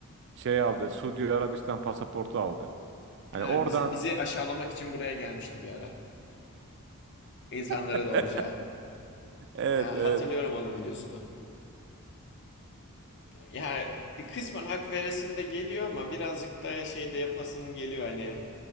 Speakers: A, on the right; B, on the left.
A: Şey aldı. Suudi Arabistan pasaportu aldı. Yani
B: Ha,
A: oradan
B: bizi, bizi aşağılamak için buraya gelmişti bir ara. İnsanlara
A: <laughs>
B: doğruca.
A: evet
B: Ha,
A: evet.
B: hatırlıyorum onun videosunu. Ya kısmen hak veresim de geliyor ama birazcık da şey de yapasım geliyor hani.